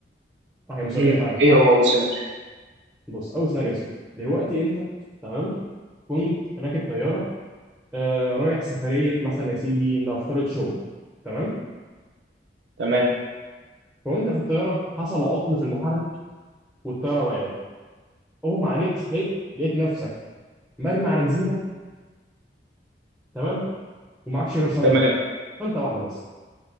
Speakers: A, in the centre; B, on the right.
A: اه هي مسليه
B: مم.
A: فعلا
B: إيه هو أبو سامر؟
A: بص اول سيناريو يا سيدي دلوقتي انت تمام كنت راكب طياره آه رايح سفريه مثلا يا سيدي نفترض شغل تمام
B: تمام
A: وانت في الطياره حصل عطل في المحرك والطياره وقعت اغمى عليك صحيت لقيت نفسك مرمي على جزيره تمام ومعكش غير شنطه
B: تمام
A: شنطه واحده بس